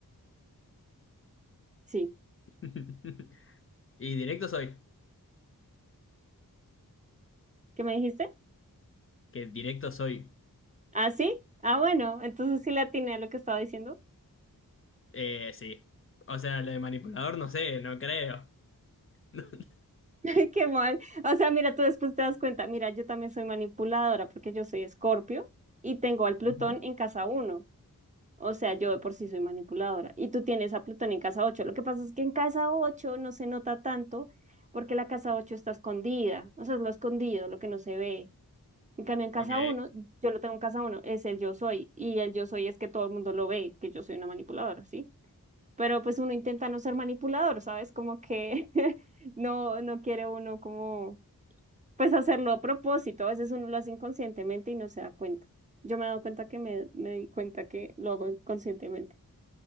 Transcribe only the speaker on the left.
<laughs> Y directo soy,
que directo soy.
Eh, sí. O sea, lo de manipulador no sé, no creo. <laughs>
Ujú.
Ok,